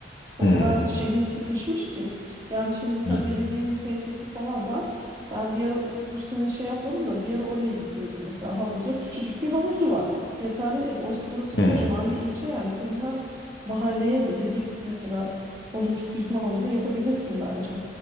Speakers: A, on the right; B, on the left.
A: O
B: Hmm.
A: kadar şehir sıkışmış ki. Yani şimdi mesela
B: Ne?
A: belediyenin tesisi falan var. Ben bir ara bu sene şey yapmadım da bir ara oraya gidiyordum mesela havuza. Küçücük bir havuzu var. Yeterli değil. Oysa burası
B: Hmm.
A: kocaman bir ilçe yani senin her mahalleye bile bir mesela olimpik yüzme havuzu yapabilirsin bence.